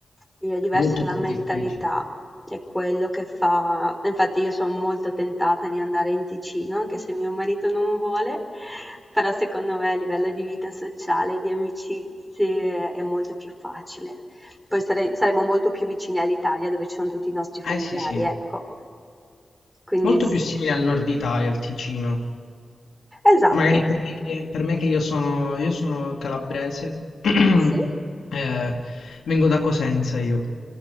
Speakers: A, in the centre; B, on the left.
A: Sì, è diversa
B: Molto
A: la
B: più
A: mentalità,
B: difficile.
A: è quello che fa. Infatti io sono molto tentata di andare in Ticino, anche se mio marito non vuole, però secondo me a livello di vita sociale, di amicizie, è molto più facile. Poi sare- saremo molto più vicini all'Italia dove ci sono tutti i nostri familiari,
B: Eh sì, sì.
A: ecco. Quindi
B: Molto
A: sì.
B: più simile al nord Italia, al Ticino.
A: Esatto.
B: Magari per me che, per me che io sono, io sono calabrese, <clears throat>
A: Sì.
B: eh, vengo da Cosenza io.